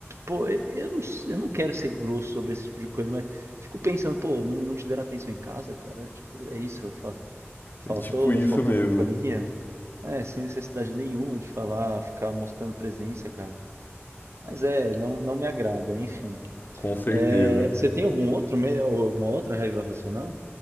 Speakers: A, on the right; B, on the left.
A: pô, é, eu não, s- eu não quero ser grosso sobre esse tipo de coisa, mas fico pensando, pô, não, não te deram atenção em casa, cara? Tipo, é isso, fa- faltou,
B: É tipo isso
A: faltou
B: mesmo,
A: companhia? É, sem necessidade nenhuma de falar, ficar mostrando presença, cara. Mas é, não, não me agrada, enfim.
B: com certeza.
A: É, você tem algum outro, me- ou alguma outra raiva racional?